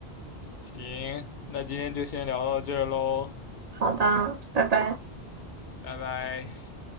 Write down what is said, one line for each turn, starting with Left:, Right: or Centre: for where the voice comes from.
Left: 行，那今天就先聊到这儿喽，
Right: 好的，拜拜。
Left: 拜拜。